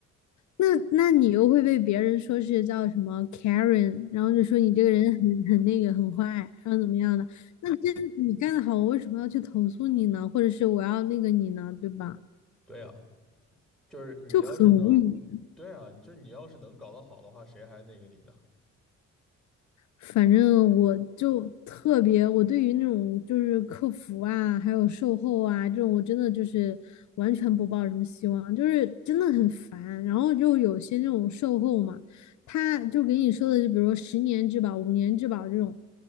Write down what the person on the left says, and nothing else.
那那你又会被别人说是叫什么 Karen，然后就说你这个人很很那个很坏，然后怎么样的？那真你干的好，我为什么要去投诉你呢？或者是我要那个你呢？对吧？
就很无语。
反正我就特别，我对于那种就是客服啊，还有售后啊这种，我真的就是完全不抱什么希望，就是真的很烦。然后就有些那种售后嘛，他就给你说的，就比如说十年质保、五年质保这种。